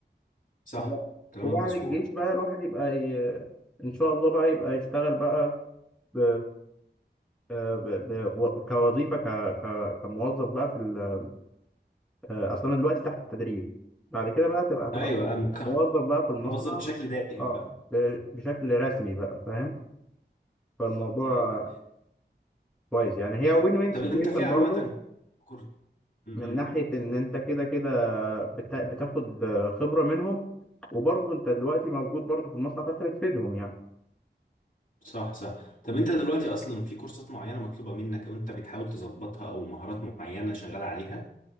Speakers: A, on the left; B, in the centre.
A: صح
B: وب-
A: كلامك
B: وبعد
A: مظبوط
B: الجيش بقى الواحد يبقى ي... ان شاء الله بقى يبقى يشتغل بقى ب... آه، ب... ب... و- كوظيفه ك... ك... كموظف بقى في ال... آه، اصل انا دلوقتي تحت التدريب بعد كده بقى تبقى تبقى
A: ايوه أم- ك-
B: موظف بقى في المصنع
A: موظف بشكل دائم
B: اه
A: بقى
B: ب- بشكل رسمي بقى فاهم فالموضوع
A: بالظبط ايوه
B: كويس يعني هي وين وين
A: طب
B: سيتويشن
A: انت في
B: برضه
A: عامة كورس امم
B: من ناحية إن أنت كده كده بتا- بتاخد خبرة منهم وبرضه أنت دلوقتي موجود برضه في المصنع فأنت بتفيدهم يعني
A: صح صح طب انت دلوقتي اصلا في كورسات معينة مطلوبة منك او انت بتحاول تظبطها او مهارات معينة شغال عليها